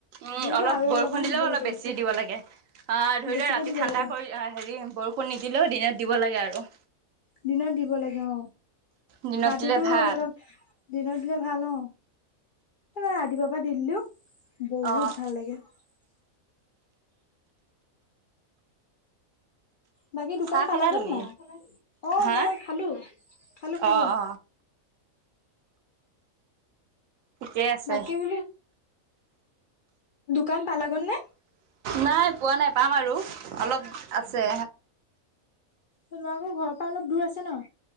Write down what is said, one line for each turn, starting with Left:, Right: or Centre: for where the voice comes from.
Right: উম
Left: হ'লেও
Right: অলপ
Left: যে আৰু
Right: বৰষুণ
Left: অলপমান
Right: দিলেও
Left: দিব
Right: অলপ
Left: লাগে
Right: বেছি দিব লাগে আহ ধৰি
Left: বেছিকে
Right: লোৱা ৰাতি
Left: দিব
Right: ঠাণ্ডা
Left: লাগে
Right: কৰি হেৰি বৰষুণ নিদিলেও দিনত দিব লাগে আৰু
Left: দিনত দিব লাগে অ
Right: দিনত
Left: ৰাতিটো
Right: দিলে ভাল
Left: অলপ দিনত দিলে ভাল অ ৰাতিপুৱাৰ পৰা দি দিলো বহুত
Right: অ',
Left: ভাল লাগে <unintelligible> বাকী দোকান
Right: চাহ
Left: পালাগৈ
Right: খালা তুমি
Left: নাই? অ
Right: হা
Left: মই খালো, খালো- খালো।
Right: অ',
Left: <inaudible>
Right: অ'। ঠিকেই আছে।
Left: বাকী বোলে দোকান পালাগৈ নে?
Right: নাই পোৱা নাই পাম আৰু অলপ আছে।
Left: তোনো আকৌ ঘৰৰ পৰা অলপ দূৰ আছে ন।